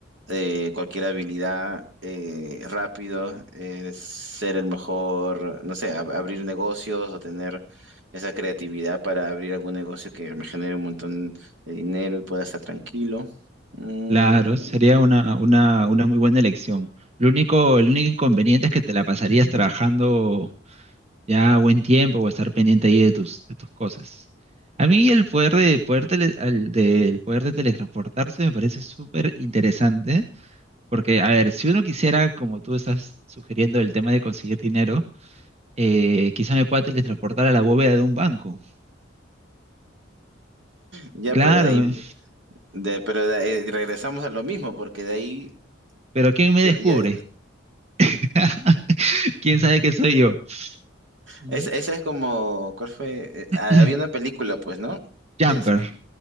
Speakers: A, on the right; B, on the right.
A: eh, cualquier habilidad eh, rápido, eh, ser el mejor, no sé, ab- abrir negocios o tener esa creatividad para abrir algún negocio que me genere un montón de dinero y pueda estar tranquilo. Mm,
B: claro, sería una, una, una muy buena elección. Lo único, el único inconveniente es que te la pasarías trabajando Ya buen tiempo o estar pendiente ahí de tus, de tus cosas. A mí el poder de, poder tele- al- del poder de teletransportarse me parece súper interesante, porque, a ver, si uno quisiera, como tú estás sugiriendo, el tema de conseguir dinero, eh, quizá me pueda teletransportar a la bóveda de un banco.
A: ya,
B: Claro,
A: pero de ahí,
B: me-
A: de- pero de- eh, regresamos a lo mismo, porque de ahí...
B: pero ¿quién
A: ya-
B: me descubre?
A: ya-
B: <laughs> ¿Quién sabe que soy yo? ¿Mm?
A: es- esa es como, ¿cuál fue? Eh,
B: <clears throat>
A: ah, había una película, pues, ¿no? De
B: Jumper,
A: esa.